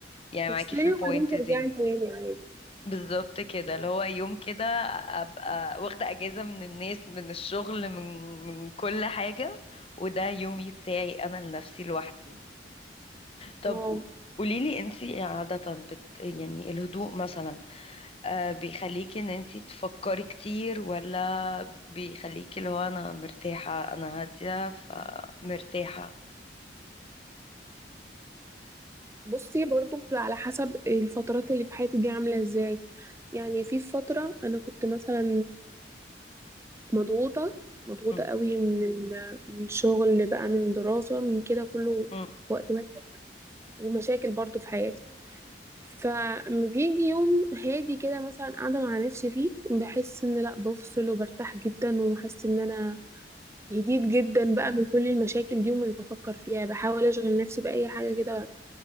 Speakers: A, on the left (about 35°); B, on the right (about 15°).
A: يعني
B: تفصلي
A: معاكي في البوينت
B: وبعدين ترجعي
A: دي
B: تاني عادي
A: بالظبط كده اللي هو يوم كده ابقى واخده اجازه من الناس من الشغل من من كل حاجه وده يومي بتاعي انا لنفسي لوحدي طب
B: اه
A: قو- قوليلي انتي عاده بت يعني الهدوء مثلا آه بيخليكي ان انتي تفكري كتير ولا بيخليكي اللي هو انا مرتاحه انا هاديه فمرتاحه
B: بصي برضو بتبقى على حسب الفترات اللي في حياتي دي عامله ازاي يعني في فتره انا كنت مثلا مضغوطة مضغوطة
A: امم
B: قوي من ال... من شغل بقى من دراسة من كده كله
A: امم
B: في وقت واحد ومشاكل برضو في حياتي فما بيجي يوم هادي كده مثلا قاعدة مع نفسي فيه بحس ان لا بفصل وبرتاح جدا وحاسة ان انا هديت جدا بقى من كل المشاكل دي ومش بفكر فيها بحاول اشغل نفسي بأي حاجة كده